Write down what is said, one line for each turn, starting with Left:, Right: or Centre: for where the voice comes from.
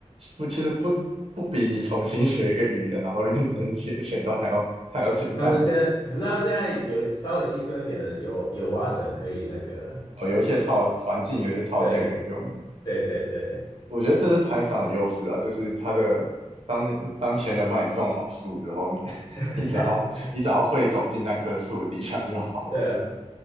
Right: 不，其实不不比你重新学一个语言，然后认真写前端还要还要简单。
Left: 他们现在，可是他们现在有稍微轻松一点的，有有 w
Right: 好的，
Left: a 可以那个，
Right: 哦，有一些套环境，有一些套件可以用。
Left: 对对对对
Right: 我觉得这是 Python 的优势啊，就是它的当当前人帮你种好树之后，你 <laughs>
Left: <laughs>
Right: 你只要你只要会走进那棵树的底下就好了。
Left: 对啊。